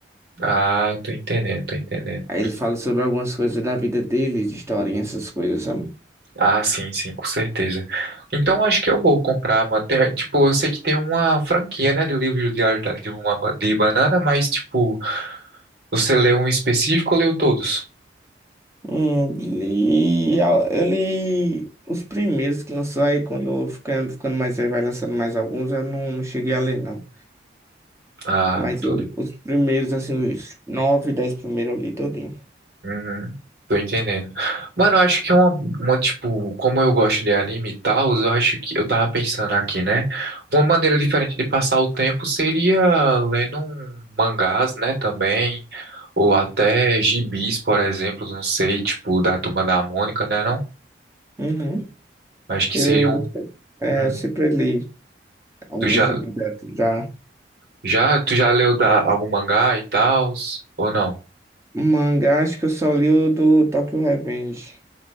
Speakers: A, on the right; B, on the right.
A: Ah, tô entendendo, tô entendendo.
B: Aí ele fala sobre algumas coisas da vida dele, de historinha, essas coisas, sabe?
A: Ah, sim, sim, com certeza. Então acho que eu vou comprar, mano. Tem- tipo, eu sei que tem uma franquia, né, do livro diário da- de uma ba- de banana, mas tipo, você leu um específico ou leu todos?
B: Hum, li, a- eu li os primeiros que lançou aí, quando ficando, ficando mais aí, vai lançando mais alguns, eu não, não cheguei a ler, não.
A: Ah,
B: Mas
A: tô
B: eu-
A: ligado.
B: os primeiros, assim, os nove, dez primeiros eu li todinho.
A: Uhum, tô entendendo. Mano, eu acho que uma, uma, tipo, como eu gosto de anime e tal, eu acho que eu tava pensando aqui, né? Uma maneira diferente de passar o tempo seria lendo um mangás, né, também, ou até gibis, por exemplo, não sei, tipo, da Turma da Mônica, né, não?
B: Uhum.
A: Acho que
B: Eu,
A: seria um,
B: é,
A: um-
B: sempre li alguns
A: tu já,
B: de Bíblia já.
A: já, tu já leu da, algum mangá e tal, ou não?
B: Mangá, acho que eu só li o do Tokyo Revenge.